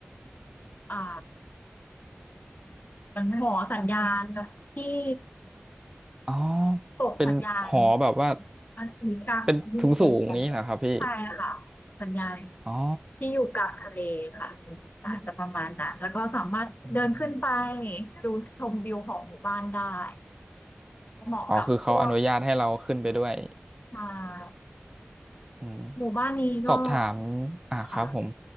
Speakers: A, on the left (about 50°); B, on the right (about 20°).
A: อ่ามันหมอสัญญาณกับที่
B: อ๋อ
A: ส่งสัญญาณ
B: เป็นหอแบบว่า
A: อันนี้กลางที่ไม่เคยสัญญาณใช่ค่ะสัญญาณ
B: เป็นสูงสูงนี้เหรอครับพี่อ๋อ
A: ที่อยู่กลางทะเลค่ะอาจจะประมาณนั้นแล้วก็สามารถเดินขึ้นไป
B: อืม
A: ดูชมวิวของหมู่บ้านได้เหมาะกับพวก
B: อ๋อคือเขาอนุญาตให้เราขึ้นไปด้วย
A: ชาย
B: อืม
A: หมู่บ้านนี้ก็
B: สอบถามอ่าครับผม
A: ค่ะ